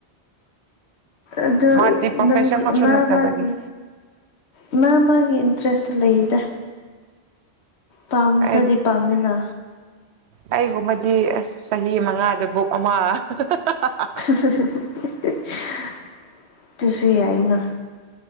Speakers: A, on the left; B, on the right.
A: ꯑꯗꯨ
B: ꯃꯥꯗꯤ ꯄ꯭ꯔꯣꯐꯦꯁꯔꯃꯛꯁꯨ
A: ꯅꯪꯒꯤ ꯑꯃ
B: ꯅꯠꯇꯕꯒꯤꯅꯤ
A: ꯃꯥꯒꯤ ꯢꯃꯥ ꯃꯥꯒꯤ ꯏꯟꯇ꯭ꯔꯦꯁꯇ ꯂꯩꯗ ꯄꯥꯝꯈ꯭ꯔꯗꯤ
B: ꯑꯩꯁ
A: ꯄꯥꯝꯃꯤꯅ
B: ꯑꯩꯒꯨꯝꯕꯗꯤ ꯑꯁ ꯆꯍꯤ ꯃꯉꯥꯗ ꯕꯨꯛ ꯑꯃ <unintelligible>
A: <unintelligible> ꯇꯨꯁꯨ ꯌꯥꯏꯌꯦꯅ